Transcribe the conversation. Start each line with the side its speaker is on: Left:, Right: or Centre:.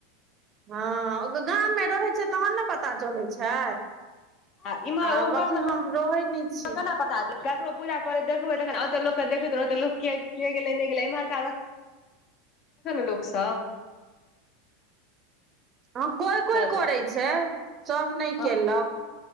Right: हँ ओ गाममे रहै छै तहन नऽ पता चलैत छै
Left: आ इम्हर
Right: आब
Left: ओम्हर
Right: अखन
Left: सब
Right: हम रहै नहि छी
Left: केना पता ककरो पूजा कर देखबै तखन ओते लोकके देखैतत लोक के गेलै नहि गेलै एमहरका लोक सब
Right: हँ कोइ कोइ
Left: तैं
Right: करै छै सब नहि
Left: हँ
Right: केलक